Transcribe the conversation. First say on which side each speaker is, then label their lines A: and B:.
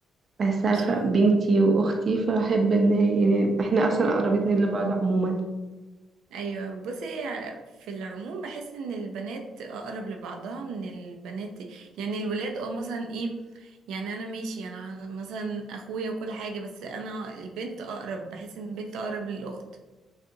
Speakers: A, on the right; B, on the right.
A: بس
B: ما
A: عارفة
B: شاء الله
A: بنتي وأختي فبحب إن هي يعني إحنا أصلا أقرب اتنين لبعض عموما
B: ايوه بصي في العموم بحس ان البنات اقرب لبعضها من البنات يعني الولاد اه مثلا ايه يعني انا ماشي انا مثلا اخويا وكل حاجه بس انا البنت اقرب بحس ان البنت اقرب للاخت